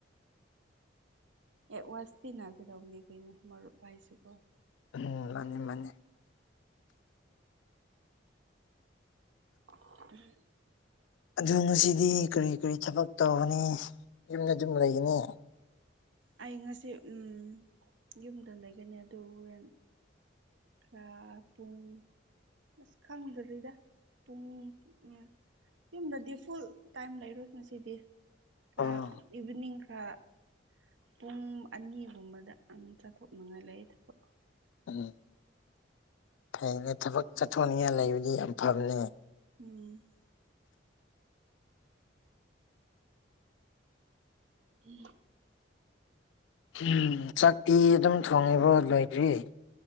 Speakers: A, on the right (about 80°); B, on the left (about 75°).
A: ꯑꯦ ꯋꯥꯁꯇ ꯅꯅꯥꯒꯗꯥꯎꯅꯤ ꯀꯩꯅꯣ ꯃꯔꯔ ꯄꯥꯏꯁꯤꯀꯣ
B: ꯎꯝ ꯃꯥꯅꯤ ꯃꯥꯅꯤ
A: ꯑ
B: ꯑꯗꯨ ꯉꯁꯤꯗꯤ ꯀꯔꯤ ꯀꯔꯤ ꯊꯕꯛ ꯇꯧꯒꯅꯤ ꯌꯨꯝꯗ ꯑꯗꯨꯝ ꯂꯩꯒꯅꯤ
A: ꯑꯩ ꯉꯁꯤ ꯎꯝ ꯌꯨꯝꯗ ꯂꯩꯒꯅꯤ ꯑꯗꯨ ꯍꯣꯔꯦꯟ ꯈꯔꯥ ꯄꯨꯡ ꯑꯁ ꯈꯪꯗꯔꯤꯗ ꯄꯨꯡ ꯎꯝ ꯌꯨꯝꯗꯗꯤ ꯐꯨꯜ ꯇꯥꯏꯝ ꯂꯩꯔꯣꯏ ꯉꯁꯤꯗꯤ ꯈꯔ
B: ꯑꯣ
A: ꯏꯚꯤꯅꯤꯡ ꯈꯔ ꯄꯨꯡ ꯑꯅꯤꯒꯨꯝꯕꯗ ꯆꯠꯊꯣꯛꯅꯤꯡꯉꯥꯏ ꯂꯩ ꯊꯕꯛ
B: ꯎꯝ ꯐꯩꯅꯦ ꯊꯕꯛ ꯆꯠꯊꯣꯛꯅꯤꯉꯥꯏ ꯂꯩꯕꯗꯤ ꯌꯥꯝ ꯐꯕꯅꯦ
A: ꯎꯝ ꯎꯝ
B: ꯎꯝ ꯆꯥꯛꯇꯤ ꯑꯗꯨꯝ ꯊꯣꯡꯉꯤꯕꯣ ꯂꯣꯏꯗ꯭ꯔꯤ